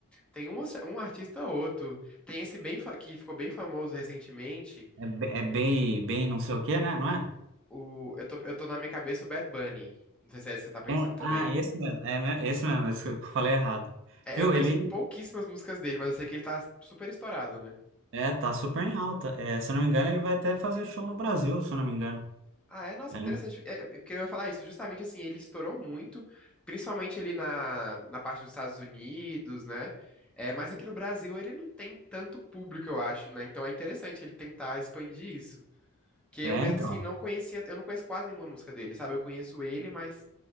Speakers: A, in the centre; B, on the right.
A: Tem um, um artista ou outro. Tem esse bem fa- que ficou bem famoso recentemente.
B: É, be- é bem, bem não sei o quê, né? Não é?
A: O, eu tô, eu tô na minha cabeça o Bad Bunny. Não sei se é esse que você tá pensando
B: É,
A: também.
B: ah, esse mesmo, é, me- esse mesmo, esse que eu falei errado.
A: É,
B: Viu?
A: eu conheço
B: Ele
A: pouquíssimas músicas dele, mas eu sei que ele tá super estourado, né?
B: é, tá super em alta. É, se eu não me engano, ele vai até fazer show no Brasil, se eu não me engano.
A: Ah, é? Nossa,
B: É,
A: interessante. É, é porque eu ia falar isso. Justamente assim, ele estourou muito, principalmente ali na, na parte dos Estados Unidos, né? É, mas aqui no Brasil ele não tem tanto público, eu acho, né? Então é interessante ele tentar expandir isso. Que
B: é,
A: eu mesmo,
B: então.
A: assim, não conhecia, eu não conheço quase nenhuma música dele, sabe? Eu conheço ele, mas